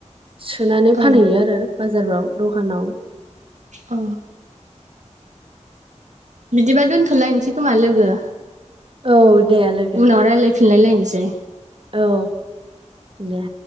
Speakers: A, on the right; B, on the right.
A: सोनानै
B: औ
A: फानहैयो आरो बाजारफ्राव दखानाव।
B: औ बिदिबा दोन्थ'लायनोसै खोमा लोगो
A: औ दे लोगो
B: उनाव रायलायफिनलायलाय सै।
A: औ दे।